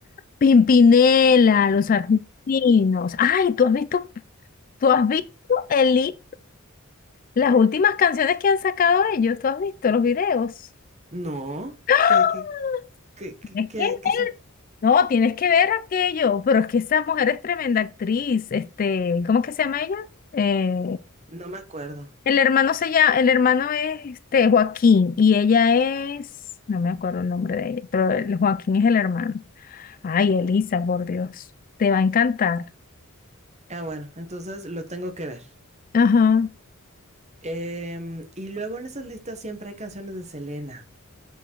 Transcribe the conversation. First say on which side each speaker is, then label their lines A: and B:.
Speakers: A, on the left; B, on the right.
A: Pimpinela, los argentinos. Ay, ¿tú has visto, tú has visto el li- las últimas canciones que han sacado ellos? ¿Tú has visto los videos?
B: No,
A: ¡Ah!
B: ¿qué, qué, ¿Qué, qué,
A: Tienes
B: qué,
A: que ver.
B: qué son?
A: No, tienes que ver aquello. Pero es que esa mujer es tremenda actriz. Este, ¿cómo es que se llama ella? Eh,
B: No me acuerdo.
A: el hermano se llama, el hermano es este Joaquín y ella es, no me acuerdo el nombre de ella, pero el Joaquín es el hermano. Ay, Elisa, por Dios, te va a encantar.
B: Ah, bueno, entonces lo tengo que ver.
A: Ajá.
B: Em, y luego en esas listas siempre hay canciones de Selena.